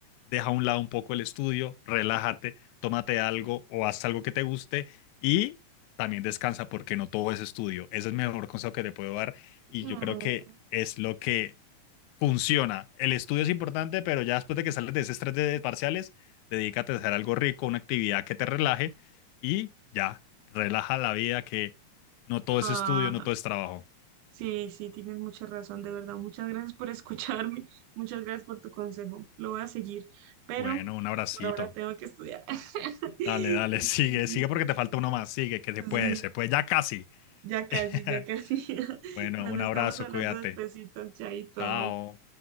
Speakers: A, on the left; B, on the right.
A: deja a un lado un poco el estudio, relájate, tómate algo o haz algo que te guste y también descansa porque no todo es estudio. Ese es el mejor consejo que te puedo dar y
B: Mm.
A: yo creo que es lo que funciona. El estudio es importante, pero ya después de que sales de ese estrés de parciales, dedícate a hacer algo rico, una actividad que te relaje y ya, relaja la vida que no todo es
B: Ah,
A: estudio, no todo es trabajo.
B: Sí, sí, tienes mucha razón, de verdad. Muchas gracias por <laughs> escucharme, muchas gracias por tu consejo. Lo voy a seguir, pero
A: Bueno, un abracito.
B: por ahora tengo que estudiar. <laughs>
A: Dale, dale, <laughs> sigue, sigue porque te falta uno más, sigue, que se
B: Sí,
A: puede, se puede, ya casi.
B: ya casi,
A: <laughs>
B: ya casi. <laughs>
A: Bueno,
B: Bueno,
A: un abrazo,
B: estamos hablando
A: cuídate.
B: despacito, chaito.
A: Chao.